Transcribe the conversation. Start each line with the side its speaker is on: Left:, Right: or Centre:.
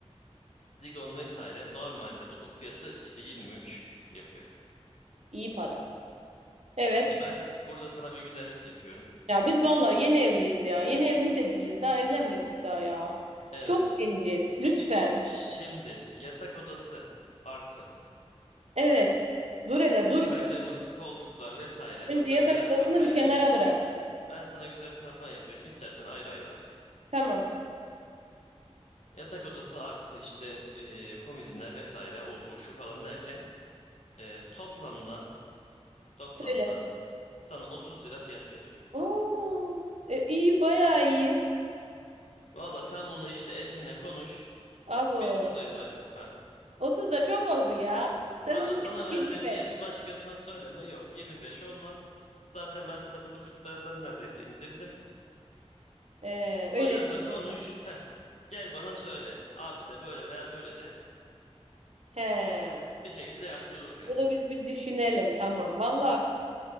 Left: zigon vesaire normalde bunun fiyatı işte 23 yapıyor.
Right: İyi para. Evet.
Left: Şimdi ben burada sana bir güzellik yapıyorum.
Right: Ya biz vallahi yeni evliyiz ya. Yeni evli de değiliz. Daha evlenmedik daha ya.
Left: Evet.
Right: Çok genciz. Lütfen.
Left: Şimdi yatak odası artı
Right: Evet. Dur hele
Left: bu
Right: dur
Left: saydığımız
Right: bir.
Left: koltuklar vesaire.
Right: Önce
Left: Bak sana
Right: yatak
Left: güzel
Right: odasını
Left: bir kampanya
Right: bir kenara bırak.
Left: Ben sana güzel bir kampanya yapıyorum. İstersen ayrı ayrı alırsın.
Right: Tamam.
Left: Yatak odası artı işte e, komodinler vesaire o bu şu falan derken e, toplamda toplamda
Right: Söyle.
Left: sana 30 lira fiyat veriyorum.
Right: Ana. E, iyi bayağı iyi.
Left: Valla sen bunu işte eşinle konuş.
Right: Abo.
Left: Biz buradayız bacım. Heh.
Right: 30 da çok oldu ya. Sen
Left: Valla
Right: onu yap.
Left: sana verdiğim
Right: 25.
Left: fiyatı başkasına söyleme. Yok 25 olmaz. Zaten ben sana bunu 40'lardan neredeyse indirdim.
Right: Ee,
Left: Kocanla
Right: öyle.
Left: konuş. Heh. Gel bana söyle. Abi de böyle veya böyle de
Right: He.
Left: bir şekilde yardımcı oluruz gene.
Right: Bunu biz bir düşünelim. Tamam. Vallahi